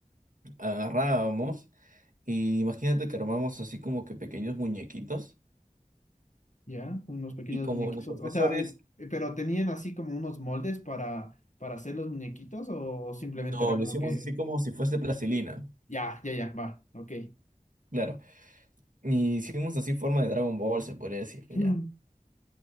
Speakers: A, on the right (about 65°); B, on the left (about 60°).
A: agarrábamos y imagínate que armamos así como que pequeños muñequitos.
B: ya, unos pequeños
A: Y como
B: muñequitos.
A: los profesores,
B: O sea, eh, eh, pero tenían así como unos moldes para, para hacer los muñequitos o simplemente
A: no,
B: era
A: lo
B: como
A: hicimos
B: que,
A: así como si fuese plastilina.
B: ya, ya, ya, va, ok.
A: Claro. Y hicimos así forma de Dragon Ball, se podría decir, ya.
B: <laughs>